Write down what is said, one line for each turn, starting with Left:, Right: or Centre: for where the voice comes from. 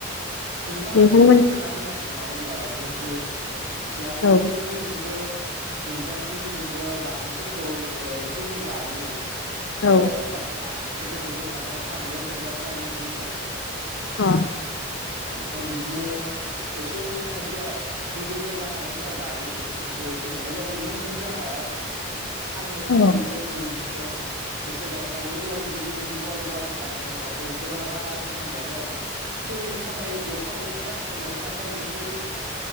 Right: नोंथाङा
Left: नोंथांमोन
Right: एसे फोरमायना होनांगोन ना अब्ला जिहेतु जोंहा
Left: औ
Right: नंगौ जोंनिजोंबो नोंथां जोंनिजोंबो बानलुफोरखौ एसे एनै गायो
Left: औ
Right: ओ गदेरबो दंना जोंहा फानलु खेबजां होनना बुङो जोंनि जा
Left: अ
Right: ओमफ्राय बिदिनो एसे एनै खायसेया गोजौ जायगा थानायफोरा गायो बेफोरखौ एसे एनैबाबो इमान बुरजा गाया आरो ना फाननो थाखायबो
Left: औ
Right: बिदिनो एसे गायसाबोबब्लाबो बिदि एमान गुवार गुवार गायनाय नुवाखै एसेबां रां आर बुजा नुवाखै आरो ना। सोलिनो थाखाय गरफा गरनै रां मोनो नाथाय बेफोरबायदि